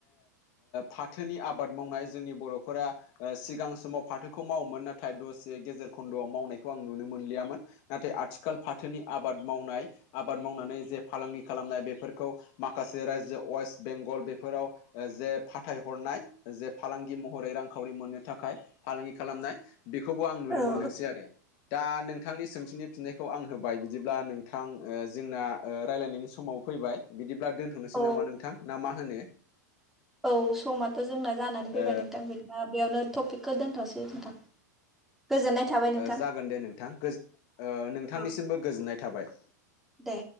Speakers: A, on the left (about 40°); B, in the centre.
A: फाथोनि आबाद मावनाय जोंनि बर'फोरा सिगां समाव फाथोखौ मावोमोन नाथाय दसे गेजेर खन्द'आव मावनायखौ आं नुनो मोनलियामोन नाथाय आथिखाल फाथोनि आबाद मावनाय आबाद मावनानै जे फालांगि खालामनाय बेफोरखौ माखासे रायजो वेस्ट बेंगल बेफोराव जे फाथायहरनाय जे फालांगि महरै रांखावरि मोननो थाखाय फालांगि खालामनाय बेखौबो आं नुनो
B: औ
A: मोनदोंसै आरो दा नोंथांनि सोंथिनि फिननायखौ आं होबाय बिदिब्ला नोंथां जोंना रायलायनायनि समाव फैबाय! बिदिब्ला दोनथ'नोसै
B: औ
A: नामा नोंथां ना मा होनो?
B: औ समाथ' जोंना जानानै फैबाय
A: ओ
B: नोंथां बिदि बेयावनो टपिकखौ दोनथ'सै नोंथां। गोजोन्नाय थाबाय। नोंथां
A: जागोन दे नोंथां नोंथांनिसिमबो
B: औ
A: गोजोननाय थाबाय।
B: दे।